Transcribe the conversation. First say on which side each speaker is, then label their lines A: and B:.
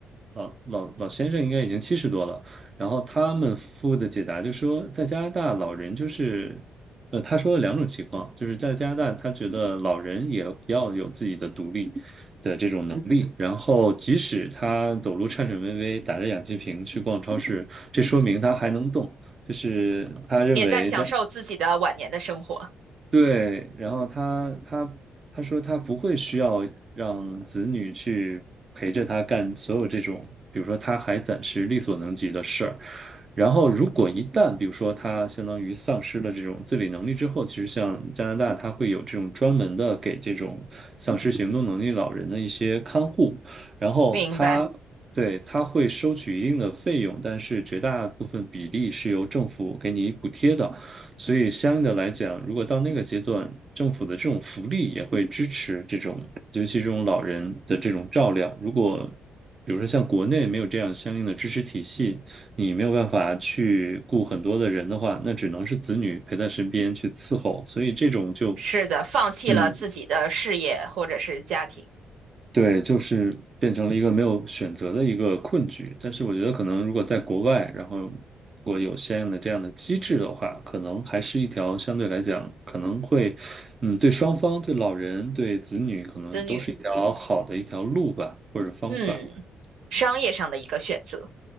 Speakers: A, on the right; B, on the right.
A: 老老老先生，应该已经七十多了。然后他们夫的解答就说，在加拿大老人就是，呃，他说了两种情况，就是在加拿大他觉得老人也要有自己的独立的这种能力，然后即使他走路颤颤巍巍，打着氧气瓶去逛超市，这说明他还能动。就是他认为加
B: 也在享受自己的晚年的生活。
A: 对，然后他他他说他不会需要让子女去陪着他干所有这种，比如说他还暂时力所能及的事儿。然后如果一旦比如说他相当于丧失了这种自理能力之后，其实像加拿大，他会有这种专门的给这种丧失行动能力老人的一些看护，然后他。
B: 明白，
A: 对，他会收取一定的费用，但是绝大部分比例是由政府给你补贴的。所以相应的来讲，如果到那个阶段，政府的这种福利也会支持这种，尤其这种老人的这种照料。如果比如说像国内没有这样相应的支持体系，你没有办法去雇很多的人的话，那只能是子女陪在身边去伺候。所以这种就，
B: 是的，放弃了自己的事业或者是家庭、
A: 嗯，对，就是变成了一个没有选择的一个困局。但是我觉得，可能如果在国外，然后如果有相应的这样的机制的话，可能还是一条相对来讲，可能会，嗯，对双方、对老人、对子女，可能都是一条好的一条路吧，
B: 子女，
A: 或者方法。
B: 嗯，商业上的一个选择。